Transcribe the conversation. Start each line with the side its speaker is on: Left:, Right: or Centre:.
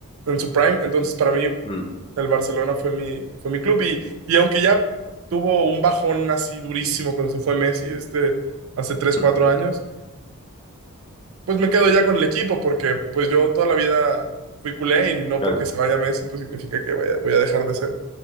Right: en su prime, entonces para mí
Left: mm,
Right: el Barcelona fue mi, fue mi club y, y aunque ya tuvo un bajón así durísimo cuando se fue Messi, este, hace tres
Left: mm.
Right: 4 años, pues me quedo ya con el equipo porque pues yo toda la vida fui culé y no
Left: Claro.
Right: porque se vaya Messi, pues significa que vaya, voy a dejar de ser.